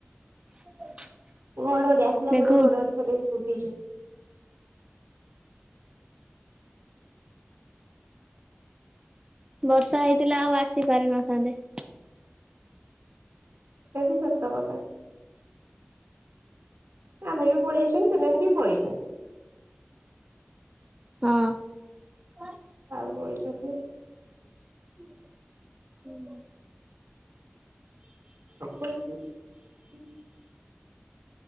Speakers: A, on the right; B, on the right.
A: <unintelligible>
B: ଘଡଘଡ଼ି ଆସିଲା
A: ମେଘ
B: ପରେ ଘଡଘଡ଼ି ଫଟେଇଛି ଶୁବିଯି ।
A: ବର୍ଷା ହେଇଥିଲା ଆଉ ଆସି ପାରିନଥାନ୍ତେ ।
B: ସେଇଟା ବି ସତ କଥା । ଆମେ ବି ପଳୀଆସିଲୁ । ସେମାନେ ବି ପଳେଇଚନ୍ତି ।
A: ହଁ ।
B: ଆଉ ରହିନଥିବେ <inaudible>
A: ହୁଁ ।
B: ଆ <unintelligible>